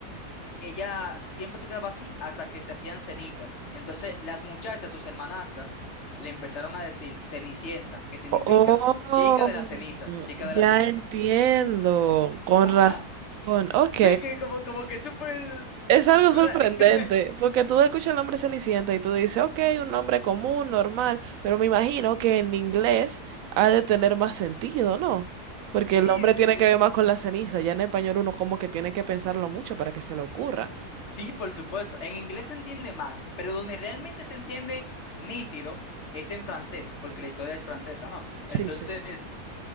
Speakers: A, on the left; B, on the right.
A: ella siempre se quedaba así hasta que se hacían cenizas. Entonces, las muchachas, sus hermanastras, le empezaron a decir Cenicienta, que significa
B: Oh,
A: chica de las cenizas, chica
B: ya
A: de las cenizas.
B: entiendo. Con
A: Ajá.
B: razón. Ok.
A: Vi que como, como que supo el...
B: Es algo
A: ra-
B: sorprendente,
A: <laughs>
B: porque tú escuchas el nombre Cenicienta y tú dices, ok, un nombre común, normal, pero me imagino que en inglés ha de tener más sentido, ¿no? Porque
A: Sí,
B: el nombre
A: sí,
B: tiene
A: sí.
B: que ver más con la ceniza, ya en español uno como que tiene que pensarlo mucho para que se le ocurra.
A: Sí, por supuesto. En inglés se entiende más, pero donde realmente se entiende nítido es en francés, porque la historia es francesa, ¿no?
B: Sí,
A: Entonces,
B: sí.